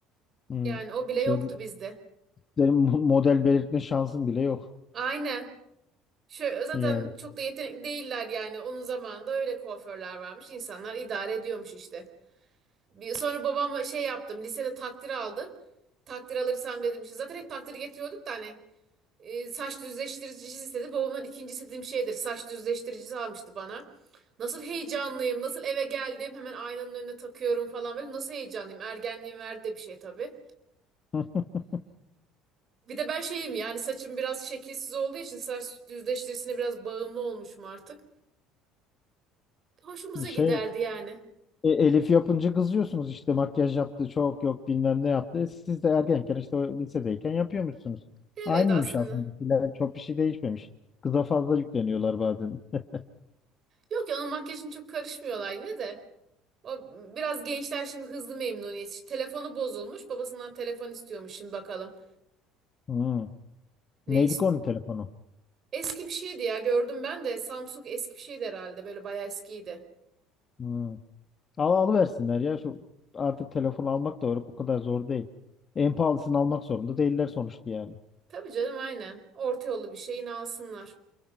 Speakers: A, on the left; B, on the right.
A: Hı.
B: Yani o bile
A: Şey,
B: yoktu bizde.
A: senin mo- model belirtme şansın bile yok.
B: Aynen. Şöyle, zaten
A: Yani.
B: çok da yetenekli değiller yani. Onun zamanında öyle kuaförler varmış. İnsanlar idare ediyormuş işte. Bir, sonra babam şey yaptım. Lisede takdir aldım. Takdir alırsam dedim işte. Zaten hep takdir getiriyorduk da hani. E, saç düzleştiricisi istedi. Babamdan ikinci istediğim şeydir. Saç düzleştiricisi almıştı bana. Nasıl heyecanlıyım, nasıl eve geldim, hemen aynanın önüne takıyorum falan böyle. Nasıl heyecanlıyım, ergenliğin verdi de bir şey tabii.
A: <laughs>
B: Bir de ben şeyim yani saçım biraz şekilsiz olduğu için saç düzleştiricisine biraz bağımlı olmuşum artık. Hoşumuza
A: Şey
B: giderdi yani.
A: E, Elif yapınca kızıyorsunuz işte makyaj yaptı çok yok bilmem ne yaptı. E, Siz de ergenken işte o lisedeyken yapıyormuşsunuz.
B: Evet
A: Aynıymış
B: aslında.
A: aslında bir şeyler çok bir şey değişmemiş. Kıza fazla yükleniyorlar bazen. <laughs>
B: Yok ya onun makyajını çok karışmıyorlar yine de. O biraz gençler şimdi hızlı memnuniyet. İşte Telefonu bozulmuş. Babasından telefon istiyormuş şimdi bakalım.
A: Hmm.
B: Ne
A: Neydi
B: istiyor?
A: ki onun telefonu?
B: Eski bir şeydi ya gördüm ben de Samsung eski bir şeydi herhalde böyle bayağı eskiydi.
A: Hmm. Al alıversinler ya şu artık telefon almak da o o kadar zor değil. En pahalısını almak zorunda değiller sonuçta yani.
B: Tabii canım aynen orta yollu bir şey yine alsınlar.